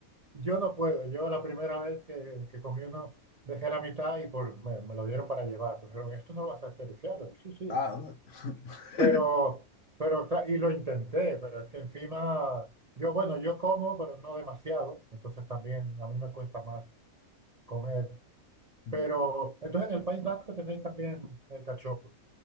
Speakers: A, on the right; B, on the left.
A: Yo no puedo. Yo la primera vez que, que comí uno dejé la mitad y por, me, me lo dieron para llevar. Pero dijeron, esto no lo vas a desperdiciar. Digo, sí, sí.
B: Ah, <laughs>
A: Pero, pero, cla- y lo intenté, pero es que encima, yo, bueno, yo como, pero no demasiado. Entonces también a mí me cuesta más comer.
B: Mm.
A: Pero, entonces en el País Vasco tenéis también eh, cachopos.